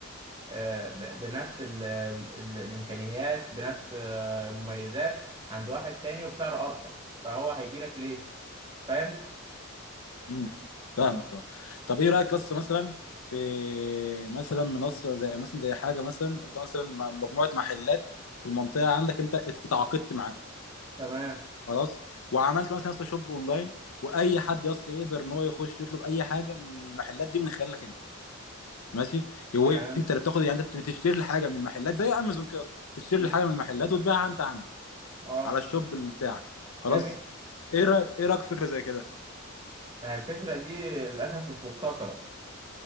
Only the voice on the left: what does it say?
امم فاهمك اه طب ايه رايك قصه مثلا في مثلا منصه زي مثلا زي حاجه مثلا انت مثلا مع- مجموعه محلات في المنطقه عندك انت ات- اتعاقدت معاهم
خلاص وعملت مثلا يا اسطى شوب اونلاين واي حد يا اسطى يقدر ان هو يخش يطلب اي حاجه من المحلات دي من خلالك انت ماشي هو
انت
اللي بتاخد يعني انت بتشتري الحاجه من المحلات زي امازون كده اصلا بتشتري
الحاجه من المحلات وتبيعها انت عندك
على الشوب اللي بتاعك خلاص
ايه رايك ايه رايك في فكره زي كده